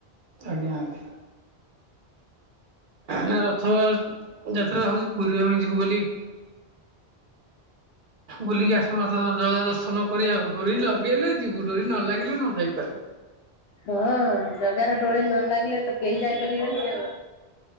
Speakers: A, on the right (about 55°); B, on the left (about 75°).
A: ଆଜ୍ଞା ଆଜ୍ଞା। ନା ରଥ ଯାତ୍ରା ହଉଚି ପୁରୀ ଆମେ ଯିବୁ ବୋଲି। ବୁଲିକି ଆସୁ ଜଗା ଦର୍ଶନ କରି ଆଉ ଡୋରି ଲଗେଇଲେ ଯିବୁ ଡୋରି ନ ଲାଗିଲେ ନ ଯାଇପାରୁ।
B: ହଁ ଜଗାର ଡୋରି ନ ଲାଗିଲେ ତ କେହି ଯାଇ ପାରିବେନି ଆଉ।